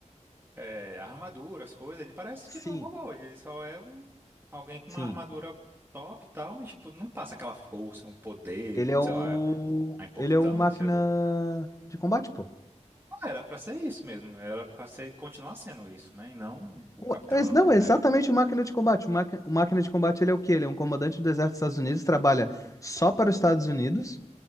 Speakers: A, on the right; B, on the left.
A: é, a armadura, as coisas. Ele parece
B: sim,
A: tipo um robô. Ele só é um, alguém com
B: sim.
A: uma armadura top e tal, mas tipo, não passa aquela força, um poder,
B: Ele é
A: sei
B: o.
A: lá, a importância
B: Ele é o máquina
A: do.
B: de combate, pô.
A: Ah, era pra ser isso mesmo. Era pra ser continuar sendo isso, né? E não o
B: O-
A: Capitão
B: é- Não,
A: América.
B: é exatamente o máquina de combate. O, máqui- o máquina de combate, ele é o quê? Ele é um comandante do exército dos Estados Unidos, trabalha só para os Estados Unidos.